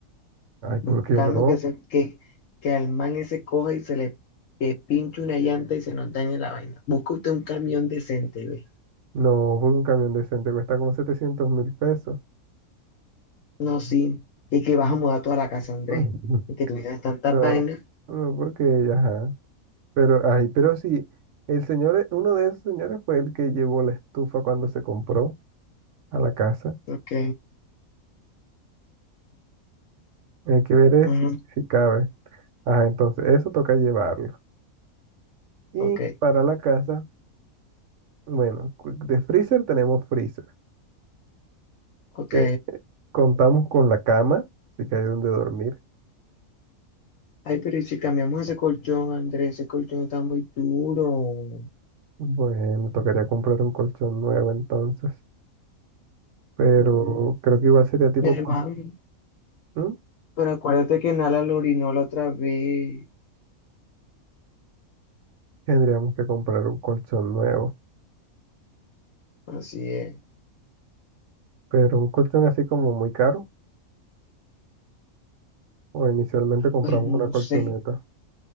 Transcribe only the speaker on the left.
buscando
que, se, que, que al man ese coja y se le que pinche una llanta y se nos dañe la vaina. Busca usted un camión decente, ve.
No, sí. Y que vas a mudar toda la casa, Andrés.
Y que tuvieras tantas
vainas.
Ok,
ujú,
ok,
ok.
Ay, pero ¿y si cambiamos ese colchón, Andrés? Ese colchón está muy duro.
Mm,
Mi hermano,
pero acuérdate que Nala lo orinó la otra vez.
Así es.
Pues no
sé,